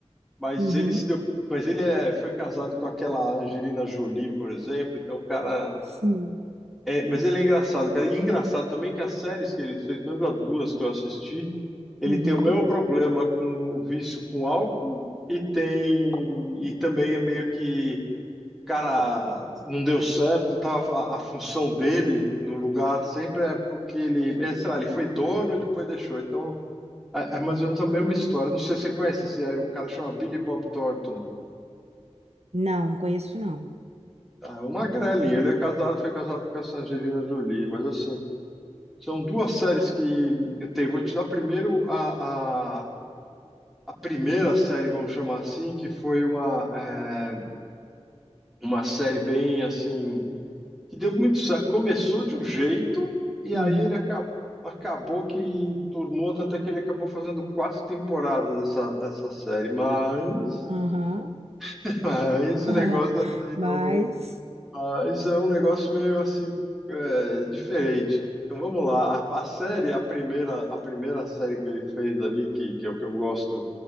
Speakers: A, in the centre; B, on the right.
A: mas
B: uhum.
A: ele se deu, mas ele é, foi casado com aquela Angelina Jolie, por exemplo, então o cara
B: Sim.
A: é, mas ele é engraçado, cara, e engraçado também que as séries que ele fez, pelo menos as duas que eu assisti, ele
B: Uhum.
A: tem o mesmo problema com o vício com álcool e tem e também é meio que cara não deu certo e tava a função dele no lugar sempre é porque ele, é, sei lá, ele foi dono e depois deixou. Então é é mais ou menos a mesma história. Não sei se você conhece, se é- o cara chama Billy Bob Thornton.
B: Não, conheço não.
A: Ah, uma grelinha, ele é casado, foi casado com essa Angelina Jolie, mas assim, são duas séries que eu tenho. Vou te dar primeiro a, a, a primeira série, vamos chamar assim, que foi uma, é, uma série bem assim que deu muito certo. Começou de um jeito e aí
B: Uhum,
A: ele acabou, acabou que enturmou, tanto é que ele acabou fazendo quatro temporadas dessa, dessa série, mas,
B: aham.
A: <laughs> mas esse
B: <laughs>
A: negócio assim,
B: Mas.
A: não, não- mas é um negócio meio assim é, diferente. Então vamos lá, a, a série, a primeira, a primeira série que ele fez ali, que, que é o que eu gosto,